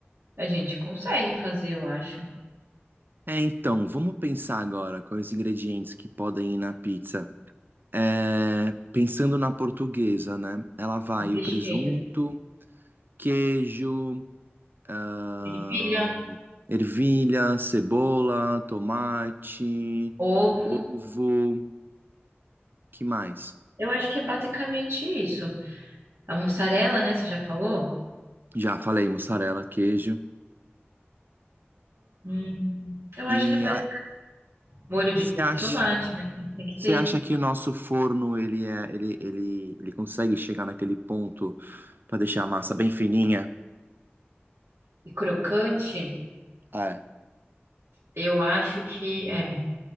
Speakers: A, on the right; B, on the right.
A: a gente consegue fazer, eu acho.
B: É, então, vamos pensar agora com os ingredientes que podem ir na pizza. É, pensando na portuguesa, né? Ela vai
A: O recheio,
B: o presunto, queijo, ahn,
A: ervilha,
B: ervilha, cebola, tomate,
A: ovo.
B: ovo, que mais?
A: Eu acho que é basicamente isso. A mussarela, né? Você já falou?
B: Já falei, mussarela, queijo.
A: Hum, eu acho
B: E
A: que é mais molho de
B: você acha,
A: tomate, né? que Tem que
B: você
A: ter.
B: acha que o nosso forno ele é, ele, ele, ele consegue chegar naquele ponto para deixar a massa bem fininha?
A: E crocante,
B: É,
A: eu acho que é.